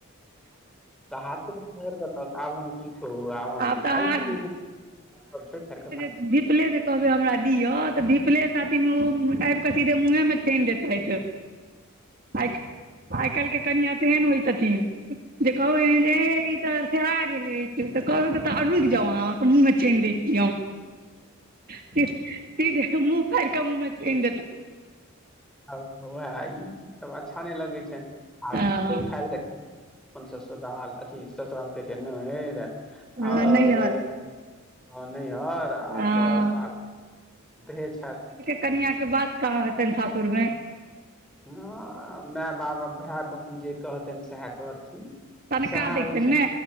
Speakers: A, in the centre; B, on the right.
A: थक आब हम की कहू आब हम
B: तऽ अहाँ
A: बाजि देलियै छोड़ि छाड़िकऽ
B: दीप ले न कहबै हमरा दिअ तऽ दीपले साथी मे ओ ब कऽ सीधे मुँहे मे छानि देैते आ आइ काल्हि के कनिआ तेहन होइ छथिन जे कहू ने जे इतर सेह गेल <unintelligible> तऽ कहबै त तऽ रुकि जाउ अहाँके मुँहमे चानि दै छीिय हम सी सीधे मुंह फार कऽ मुंह छइन
A: ह उएह ई चीजसभ अच्छा नहि लगै छ आ
B: हँ
A: फुलि फालि कऽ अपन ससुराल अथि ससुराल कहै छै <unintelligible> नहेर
B: हँ
A: आओर
B: नैहर
A: हँ नैहर आर
B: हँ
A: बरसा अतहे छथि
B: कनियां क बास कहाँ होइ छनि सासुरमे।
A: हँ माय बाप भाय बहिन जे कहतेन सेहे करथिन
B: तनका
A: सएह
B: दै
A: होइ
B: छनि
A: छैन
B: ने